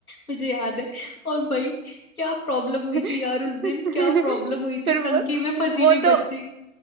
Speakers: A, on the left; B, on the right.
A: मुझे याद है और भाई क्या प्रॉब्लम हुई
B: <laughs>
A: थी यार उस दिन क्या प्रॉब्लम हुई
B: फिर
A: थी
B: वो
A: टंकी में फंसी
B: वो
A: हुई
B: तो
A: बच्ची